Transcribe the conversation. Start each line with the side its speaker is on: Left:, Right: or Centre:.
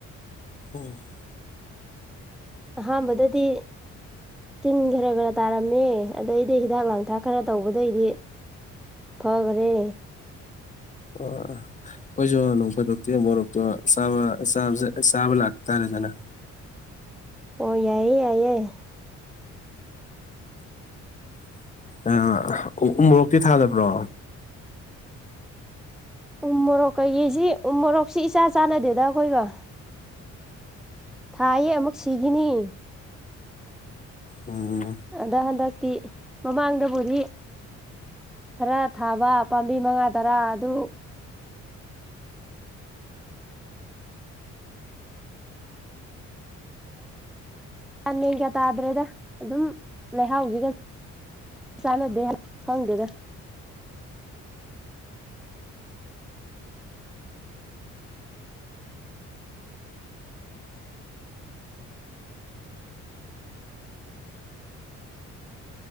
Left: ꯎꯝ
Centre: ꯑꯍꯥꯟꯕꯗꯗꯤ ꯇꯤꯟ ꯈꯔ ꯈꯔ ꯇꯥꯔꯝꯃꯦ ꯑꯗꯩꯗꯤ ꯍꯤꯗꯥꯛ ꯂꯥꯡ ꯄꯊꯥ ꯈꯔ ꯇꯧꯕꯗꯩꯗꯤ ꯐꯈꯔꯦ
Left: ꯑ ꯀꯣꯏꯁꯨ ꯅꯣꯡ ꯐꯗꯣꯛꯛꯇ ꯃꯣꯔꯣꯛꯇꯣ ꯁꯥꯕ ꯆꯥꯕꯥ ꯂꯥꯛꯇꯥꯔꯦꯗꯅ
Centre: ꯑꯣ ꯌꯥꯏꯑꯌꯦ ꯌꯥꯏ ꯌꯥꯏ
Left: ꯑ ꯎꯣꯛꯇꯤ ꯊꯥꯗꯕ꯭ꯔꯣ
Centre: ꯎ ꯃꯣꯔꯣꯛ ꯀꯩꯀꯩꯁꯤ ꯎ ꯃꯣꯔꯣꯛꯁꯤ ꯏꯆꯥ ꯆꯥꯟꯅꯗꯦꯗ ꯑꯩꯈꯣꯏꯒ ꯊꯥꯌꯦ ꯑꯃꯨꯛ ꯁꯤꯈꯤꯅꯤ
Left: ꯎꯝ
Centre: ꯑꯗ ꯍꯟꯗꯛ ꯃꯃꯥꯡꯗꯕꯨꯗꯤ ꯈꯔ ꯊꯥꯕ ꯄꯥꯝꯕꯤ ꯃꯉꯥ ꯇꯔꯥ ꯑꯗꯨ ꯂꯥꯟ ꯃꯦꯟ ꯀꯌꯥ ꯇꯥꯗ꯭ꯔꯦꯗ ꯑꯗꯨꯝ ꯂꯩꯍꯥꯎꯁꯤꯒ ꯆꯥꯟꯅꯗꯦ ꯈꯪꯗꯦꯗ